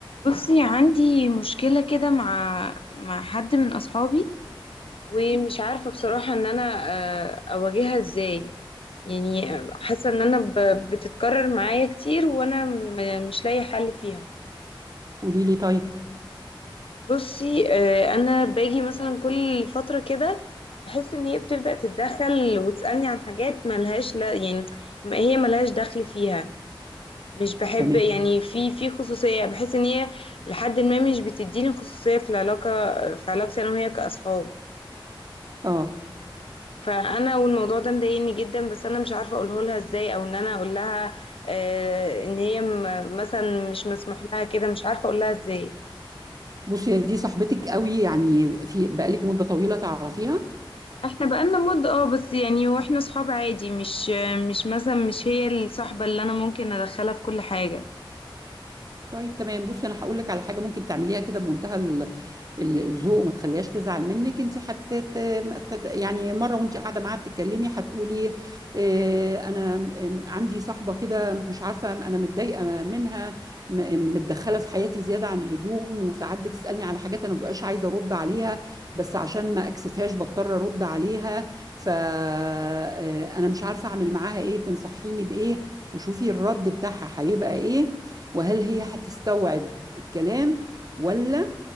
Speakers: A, on the left (about 85°); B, on the right (about 45°).
A: بصي عندي مشكلة كده مع مع حد من أصحابي ومش عارفة بصراحة إن أنا آه، أواجهها إزاي يعني حاسة إن أنا ب- بتتكرر معايا كتير وأنا م- مش لاقي حل فيها
B: قولي لي طيب
A: بصي آه، أنا باجي مثلا كل فترة كده بحس إن هي بتبدأ تتدخل وتسألني عن حاجات ملهاش لا يعني ما- هي ملهاش دخل فيها مش بحب
B: تمام
A: يعني في في خصوصية يعني بحس ان هي لحد ما مش بتديني خصوصية في العلاقة في علاقتي انا وهي كأصحاب
B: اه
A: فانا والموضوع ده مضايقني جدا بس انا مش عارفة اقوله لها ازاي او ان انا اقول لها آه ان هي م- مثلا مش مسموح لها كده مش عارفة اقول لها ازاي
B: بصي يا دي صاحبتك قوي يعني في بقالك مدة طويلة تعرفيها
A: احنا بقالنا مدة اه بس يعني واحنا صحاب عادي مش مش مثلا مش هي الصاحبة اللي انا ممكن ادخلها في كل حاجة
B: طيب تمام بصي انا هقول لك على حاجة ممكن تعمليها كده بمنتهى ال- الذوق وما تخليهاش تزعل منك انت حتى يعني مره وانت قاعده معاها بتتكلمي هتقولي آه، انا م- م- عندي صاحبه كده مش عارفه انا متضايقه منها م- متدخله في حياتي زياده عن اللزوم وساعات بتسالني على حاجات انا مبقاش عايزه ارد عليها بس عشان ما اكسفهاش بضطر ارد عليها فانا مش عارفه اعمل معاها ايه تنصحيني بايه وشوفي الرد بتاعها هيبقى ايه وهل هي هتستوعب الكلام ولا